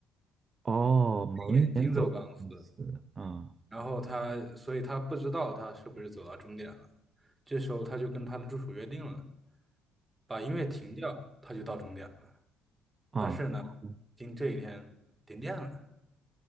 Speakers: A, on the right (about 35°); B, on the right (about 20°).
A: 哦，蒙眼走钢丝，
B: 眼睛走钢丝，
A: 嗯
B: 然后他，所以他不知道他是不是走到终点了。这时候他就跟他的助手约定了，把音乐停掉，他就到终点了。
A: 啊，
B: 但是呢，
A: 嗯
B: 今这一天停电了，